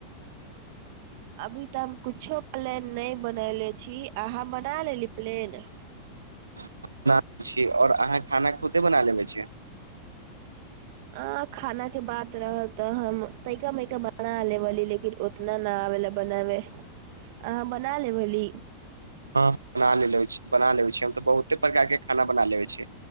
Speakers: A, on the right; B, on the right.
A: अभी तऽ हम कुछो प्लेन नै बनेले छी अहाँ बना लेली प्लेन
B: बना छी आओर अहाँ खाना खुदे बना लेबै छी
A: आ खाना के बात रहल तऽ हम तैका मैका बनाा लेबेली लेकिन फीर ओतना न आबे ले बनाबे अहाँ बना लेबेली
B: हँ बना लै ल छी बना लेबे छी हम तऽ बहुते प्रकार के खाना बना लेेबे छी